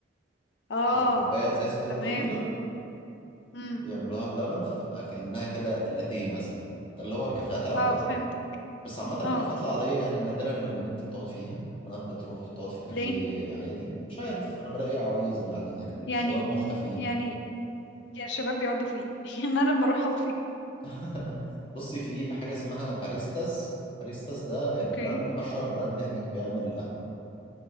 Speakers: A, on the left; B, on the left.
A: اه
B: يبقى كوباية إزاز كده
A: تمام
B: طويلة
A: امم
B: بيعملوها بلبن فتبقى كأنها كده لاتيه مثلا ده اللي هو الكافيهات العادية
A: اه فهمتك
B: بس عامة الكافيهات
A: اه
B: العادية يعني نادرا لما بنت بتقعد فيها أنا بتروح تقعد في كافيه
A: ليه
B: عادي مش عارف أنا بلاقي عواجيز اللي قاعدين هناك
A: يعني
B: الشباب مختفيين
A: يعني يعني الشباب بيقعدوا فين <laughs> يعني انا لما اروح اقعد فين
B: <laughs> بصي في حاجة اسمها باريستاز باريستاز ده
A: اوكي
B: البراند أشهر براند هناك بيعمل القهوة